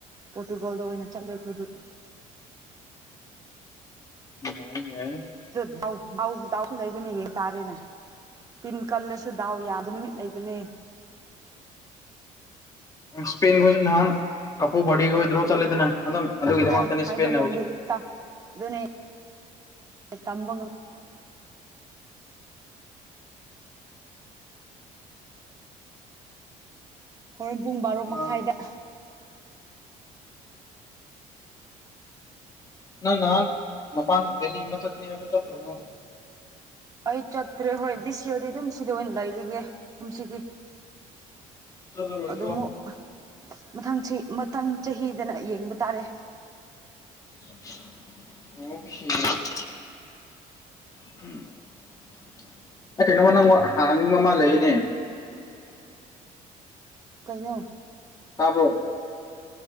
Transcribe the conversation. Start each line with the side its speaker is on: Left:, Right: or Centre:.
Right: ꯄꯣꯔꯇꯨꯒꯜꯗ ꯑꯣꯏꯅ ꯆꯠꯂꯦ ꯑꯩꯈꯣꯏꯗꯤ
Left: ꯌꯥꯏ ꯌꯥꯏ
Right: ꯑꯗꯨ ꯗꯥꯎ ꯗꯥꯎ ꯗꯥꯎꯁꯨ ꯂꯩꯕꯅꯦ ꯌꯦꯡ ꯇꯥꯔꯦꯅꯦ ꯇꯤꯝ ꯀꯜꯂꯁꯨ ꯗꯥꯎ ꯌꯥꯕ ꯅꯨꯃꯤꯠ ꯂꯩꯕꯅꯦ
Left: ꯁ꯭ꯄꯦꯟꯈꯣꯏꯁꯨ ꯅꯍꯥꯟ ꯀꯄꯨ ꯕꯔꯗꯦꯒ ꯋꯤꯗ꯭ꯔꯣ ꯆꯠꯂꯦꯗꯅ ꯑꯗꯨꯝ ꯑꯗꯨꯒꯤꯗꯃꯛꯇꯅꯤ
Right: ꯍꯣꯏ ꯍꯥꯏꯕ
Left: ꯁ꯭ꯄꯦꯟꯅ
Right: ꯉꯝꯗꯦ
Left: ꯍꯧꯖꯤꯛ
Right: ꯇ ꯑꯗꯨꯅꯦ ꯇꯝꯕ ꯉꯝ__ ꯍꯣꯔꯦꯟ ꯄꯨꯡ ꯕꯥꯔꯣ ꯃꯈꯥꯏꯗ
Left: ꯑ ꯅꯪ ꯅꯍꯥꯟ ꯃꯄꯥꯟ ꯗꯦꯜꯂꯤꯒꯨꯝꯕ ꯆꯠꯀꯅꯤ ꯍꯥꯏꯕꯗꯨ ꯆꯠꯇ꯭ꯔꯕꯣ
Right: ꯑꯩ ꯆꯠꯇ꯭ꯔꯦ ꯍꯣꯏ ꯗꯤꯁ ꯌꯔꯗꯤ ꯑꯗꯨꯝ ꯁꯤꯗ ꯑꯣꯏꯅ ꯂꯩꯔꯒꯦ ꯀꯨꯝꯁꯤꯗꯤ
Left: ꯆꯠꯂꯔꯣꯏꯗ꯭ꯔꯣ
Right: ꯑꯗꯨꯃꯨꯛ ꯃꯊꯪ ꯆ꯭ꯍꯤ ꯃꯊꯪ ꯆꯍꯤꯗꯅ ꯌꯦꯡꯕ ꯇꯥꯔꯦ
Left: <unintelligible> ꯑꯣꯈꯦ <unintelligible> <unintelligible> ꯀꯩꯅꯣꯝꯃ ꯅꯪꯉꯣꯟ ꯍꯥꯡꯅꯤꯡꯕ ꯑꯃ ꯂꯩꯌꯦꯅꯦ
Right: ꯀꯩꯅꯣ
Left: ꯇꯥꯕ꯭ꯔꯣ